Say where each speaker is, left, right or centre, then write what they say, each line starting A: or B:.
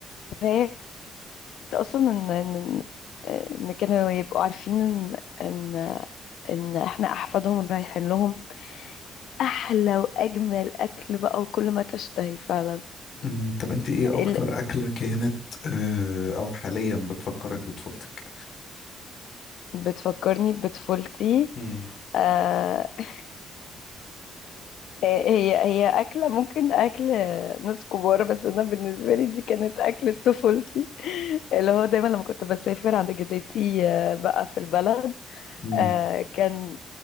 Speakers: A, on the left; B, on the left.
A: فهي اصلا ان ان ان كانوا يبقوا عارفين ان ان ان احنا احفادهم رايحين لهم احلى واجمل اكل بقى وكل ما تشتهي فعلا
B: أمم، طب أنت إيه أكتر
A: ال-
B: أكلة كانت آه، أو حاليا بتفكرك بطفولتك؟
A: بتفكرني بطفولتي
B: أمم،
A: آه <laughs> هي هي أكلة ممكن أكل ناس كبار بس أنا بالنسبة لي دي كانت أكلة طفولتي <laughs> اللي هو دايما لما كنت بسافر عند جدتي آه، بقى في البلد
B: أمم،
A: آه، كان